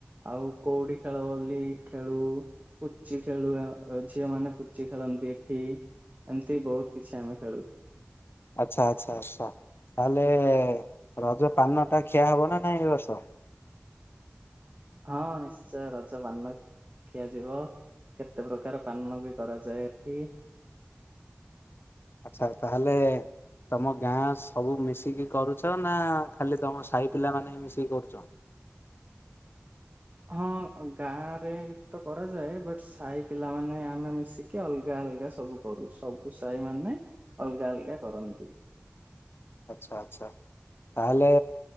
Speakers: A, on the right; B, on the left.
A: ଆଉ କଉଡି ଖେଳ ବୋଲି ଖେଳୁ ପୁଚି ଖେଳୁ ଝିଅ ମାନେ ପୁଚି ଖେଳନ୍ତି ଏଠି ଏମିତି ବହୁତ କିଛି ଆମେ ଖେଳୁ।
B: ଆଚ୍ଛା ଆଛା ଆଛା ତାହେଲେ ରଜ ପାନ ଟା ଖିଆ ହବ ନା ନାଇଁ ଏ ବର୍ଷ
A: ହଁ ନିଶ୍ଚୟ ରଜ ପାନ ଖିଆଯିବ କେତେ ପ୍ରକାର ପାନ ବି କରାଯାଏ ଏଠି
B: ଆଚ୍ଛା ତାହେଲେ ତମ ଗାଁ ସବୁ ମିଶିକି କରୁଛ ନା ଖାଲି ତମ ସାହି ପିଲା ମାନେ ହି ମିଶିକି କରୁଚ।
A: ହଁ ଗାଁ ରେ ତ କରାଯାଏ ବଟ୍ ସାହି ପିଲାମାନୋନେ ଆମେ ମିଶିକି ଅଲଗା ଅଲଗା ସବୁ କରୁ ସବୁ ସାହି ମାନେ ଅଲଗା ଅଲଗା କରନ୍ତି।
B: ଆଛା ଆଛା ତାହେଲେ